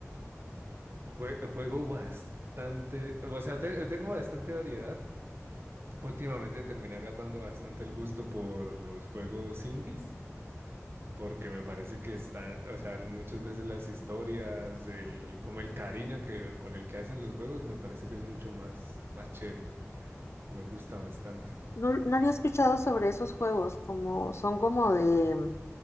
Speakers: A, on the right; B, on the left.
A: Jue- juego bastante, o sea, te- tengo bastante variedad. Últimamente terminé agarrando bastante el gusto por los juegos indies. porque me parece que están, o sea, muchas veces las historias, el, como el cariño que, con el que hacen los juegos, me parece que es mucho más, más chévere. Me gusta bastante.
B: No, no había escuchado sobre esos juegos, como son como de,